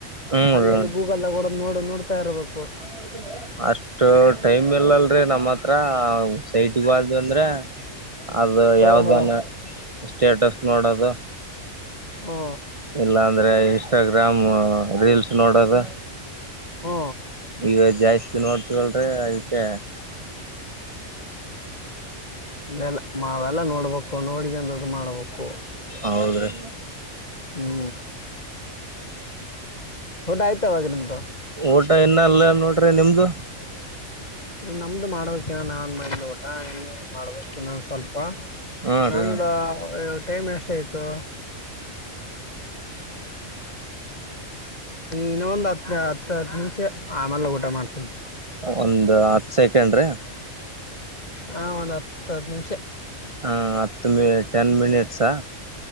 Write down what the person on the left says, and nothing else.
ಅಲ್ಲಿ ಎಲ್ಲಿಗೂ. ವಲ್ಲಗೋಡ ನೋಡ ನೋಡ್ತಾ ಇರಬೇಕು.
ಹಾ
ಹಾ
ಹ್ಞೂ
ಹು
ಇಲ್ಲಿಲ್ಲ ಮಾವೆಲ್ಲಾ ನೋಡ್ಬೇಕು ನೋಡ್ಕಂದ. ಇದು ಮಾಡ್ಬೇಕು
ಹು ಊಟ ಆಯ್ತ ಅವಾಗೇ ನಮ್ದು.
ನಮ್ದು ಮಾಡ್ಬೇಕೆನ್ನ ನಾನ್ ಮಾಡ ಊಟ ಇನ್ನೇನ್ ಮಾಡ್ಬೇಕ ಇನ್ನೊಂದ ಸ್ವಲ್ಪ.
ನಂದ
ವಾ ಇ ಟೈಮ್ ಎಷ್ಟ ಆಯ್ತು ಇನ್ನ ಒಂದ್ ಹತ್ ಹತ್ತ ಹತ್ತು ನಿಮಿಷ ಆಮೇಲೆ ಊಟ ಮಾಡ್ತೀನಿ
ಹಾ ಒಂದ್ ಹತ್ತು ಹದ್ ನಿಮಿಷ